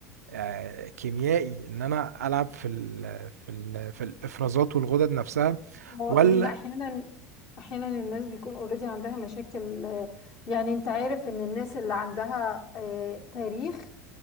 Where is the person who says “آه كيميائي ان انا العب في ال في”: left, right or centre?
Right